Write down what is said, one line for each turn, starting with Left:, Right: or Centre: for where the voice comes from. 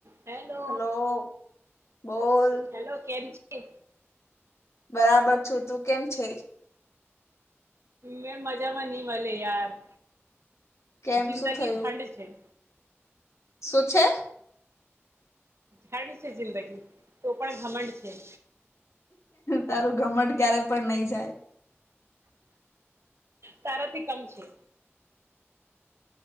Right: હેલો.
Left: હેલો બોલ.
Right: હેલો કેમ. છે
Left: બરાબર છું તું કેમ છે.
Right: મેં મજામાં નહી મળે યાર
Left: કેમ
Right: જિંદગી
Left: શું થયું
Right: ઝંડ છે.
Left: શું છે.
Right: જડ છે જિંદગી તો પણ ઘમંડ છે.
Left: તારું ગમટ ક્યારે પણ નહી જાય.
Right: તારાથી કમ છે.